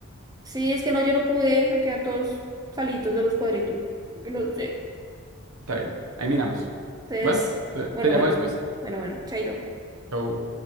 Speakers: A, on the right; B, on the right.
A: Sí, es que no, yo no pude, me quedan todos salitos de los cuadritos. y No sé.
B: Está bien. Ahí miramos.
A: Entonces,
B: ¿Va? Te,
A: bueno,
B: te llamo
A: bueno,
B: después.
A: bueno, bueno, chaito.
B: Chau.